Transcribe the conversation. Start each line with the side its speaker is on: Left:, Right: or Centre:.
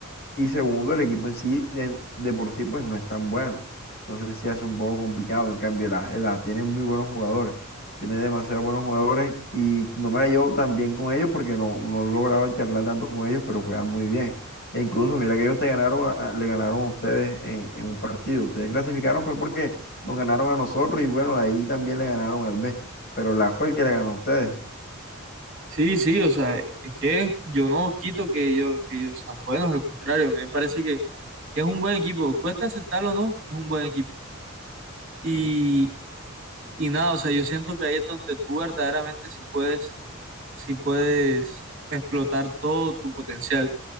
Left: Y segundo, el equipo en sí, de, de por sí, pues no es tan bueno. Entonces sí hace un poco complicado. En cambio, la, la tiene muy buenos jugadores. Tiene demasiados buenos jugadores y no me la llevo tan bien con ellos porque no, no he logrado charlar tanto con ellos, pero juegan muy bien. E incluso, mira que ellos te ganaron, a- a- le ganaron a ustedes en, en un partido. Ustedes clasificaron fue porque nos ganaron a nosotros y bueno, ahí también le ganaron al B. Pero la fue el que le ganó a ustedes.
Right: Sí, sí, o sea, es que yo no quito que ellos, que ellos sean buenos, al contrario, a mí me parece que, que es un buen equipo. Cuesta aceptarlo o no, es un buen equipo.
Left: Sí,
Right: Y,
Left: sí.
Right: y nada, o sea, yo siento que ahí es donde tú verdaderamente sí puedes, sí puedes explotar todo tu potencial